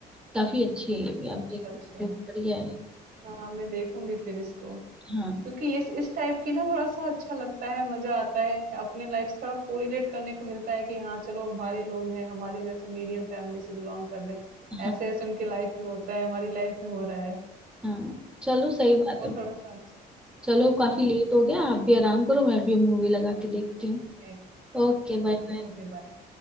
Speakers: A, in the centre; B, on the right (about 60°).
A: काफी अच्छी है ये भी
B: अच्छा,
A: आप देख
B: अच्छा।
A: सकते हो बढ़िया है
B: हाँ, मैं देखूँगी फिर इसको।
A: हाँ
B: क्योंकि इस इस टाइप की ना थोड़ा-सा अच्छा लगता है, मज़ा आता है। अपनी लाइफ से थोड़ा कोरिलेट करने को मिलता है कि हाँ, चलो हमारे लोग हैं, हमारे जैसे मीडियम फैमिली से बिलॉन्ग कर रहे हैं।
A: हाँ
B: ऐसे-ऐसे उनकी लाइफ में होता है, हमारी लाइफ में हो रहा है।
A: हाँ चलो सही
B: तो
A: बात
B: वो
A: है
B: थोड़ा-सा अच्छा
A: चलो
B: हुँ,
A: काफी लेट हो गया आप भी आराम करो मैं भी मूवी लगा के देखती हूँ
B: ठीक।
A: Okay
B: Okay,
A: bye bye
B: okay, bye.